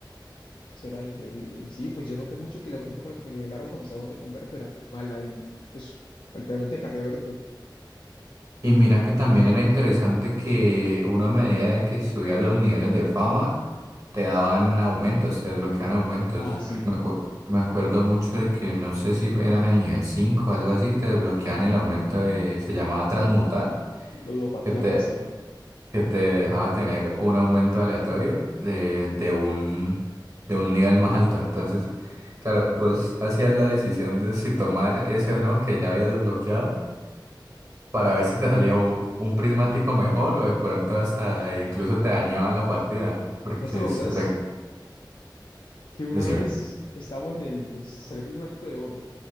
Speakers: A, on the left; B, on the right.
A: Eso era increíble. Y sí, pues yo noté mucho que la gente con la que me nivelaron cuando estaba jugando con Berto era muy mala y pues literalmente carré a Berto.
B: Y mira que también era interesante que uno a medida de que subía los niveles de fama, te daban aumentos, te desbloqueaban aumentos.
A: Ah, sí,
B: Me acu- me acuerdo mucho de que no sé si fue- eran el nivel 5 o algo así, te desbloqueaban el aumento de, se llamaba transmutar,
A: ludopatía
B: que te,
A: máxima.
B: que te dejaba tener un aumento aleatorio de, de un, de un nivel más alto. Entonces, claro, vos hacías la decisión de si tomar ese o no que ya habías desbloqueado para ver si te salía un, un prismático mejor o de pronto hasta incluso te dañaba la partida, porque
A: ¿Vos te acordás
B: es... re-
A: que una
B: Decime.
A: vez estábamos en el pues, salió prismático de oro?